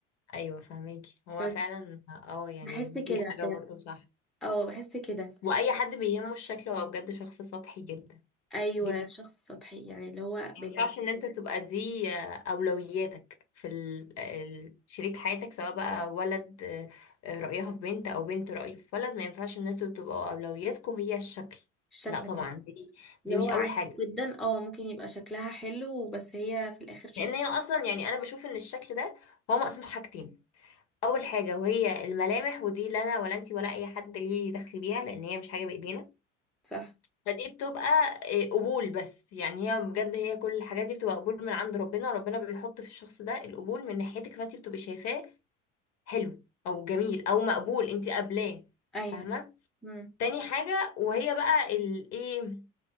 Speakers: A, on the left (about 40°); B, in the centre.
A: أيوة فهماكي هو
B: بس
A: فعلا اه يعني
B: بحس كده
A: دي حاجة
B: بجد
A: برضو صح
B: اه بحس كده
A: وأي حد بيهمه الشكل هو بجد شخص سطحي
B: ايوه
A: جدا
B: شخص سطحي يعني اللي هو
A: ينفعش
B: بجد
A: ان انت تبقى دي اولوياتك في ال- ال- شريك حياتك سواء بقى ولد آه، رأيها في بنت او بنت رأيه في ولد ما ينفعش ان انتوا تبقوا اولوياتكم هي الشكل
B: الشكل
A: لا طبعا
B: بس.
A: دي دي
B: اللي هو
A: مش اول
B: عادي
A: حاجة
B: جدا اه ممكن يبقى شكلها حلو بس هي في الاخر شخص
A: لان هي اصلا يعني انا بشوف ان الشكل ده هو مقسوم حاجتين اول حاجة وهي الملامح ودي لا انا ولا انت ولا اي حد ليه دخل بيها لان هي مش حاجة بايدينا
B: صح
A: فدي بتبقى إيه، قبول بس يعني هي بجد هي كل الحاجات دي بتبقى قبول من عند ربنا ربنا بيحط في الشخص ده القبول من ناحيتك فانت بتبقي شايفاه حلو او جميل او مقبول انت قابلاه
B: ايوه
A: فاهمه
B: امم
A: تاني حاجه وهي بقى الايه